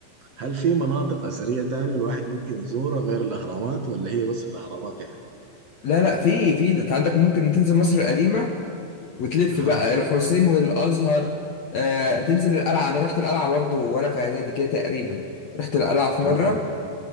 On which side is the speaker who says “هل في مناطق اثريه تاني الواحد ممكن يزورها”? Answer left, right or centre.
Right